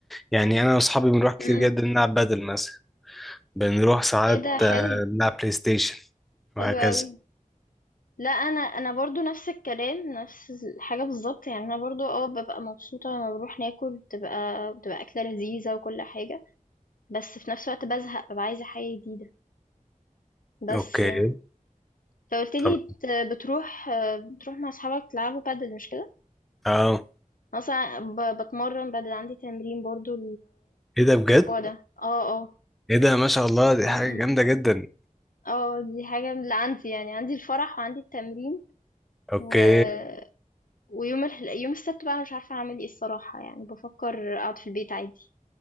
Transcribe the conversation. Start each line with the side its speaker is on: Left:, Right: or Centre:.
Centre: يعني انا واصحابي بنروح كتير
Left: امم
Centre: جدا نلعب بدل مثلا بنروح ساعات
Left: إيه ده اه حلو
Centre: آه، نلعب بلاي ستيشن وهكذا
Left: حلو قوي لا انا انا برضو نفس الكلام نفس الحاجه بالظبط يعني انا برضو اه ببقى مبسوطه لما بروح ناكل بتبقى بتبقى اكله لذيذه وكل حاجه بس في نفس الوقت بزهق ببقى عايزه حاجه جديده بس
Centre: اوكي
Left: يعني فقلت لي
Centre: طب
Left: بت- بتروح بتروح مع اصحابك تلعبوا بادل مش كده
Centre: اه
Left: أنا اصلا ب- بتمرن بادل عندي تمرين برضو
Centre: ايه ده بجد
Left: الاسبوع بجد ده اه اه
Centre: ايه ده ما شاء الله دي
Left: م- م.
Centre: حاجة جامدة جدا
Left: اه دي حاجه من اللي عندي يعني عندي الفرح وعندي التمرين
Centre: اوكي
Left: و طب حلو ويوم ال... يوم السبت بقى أنا مش عارفة أعمل إيه الصراحة يعني بفكر أقعد في البيت عادي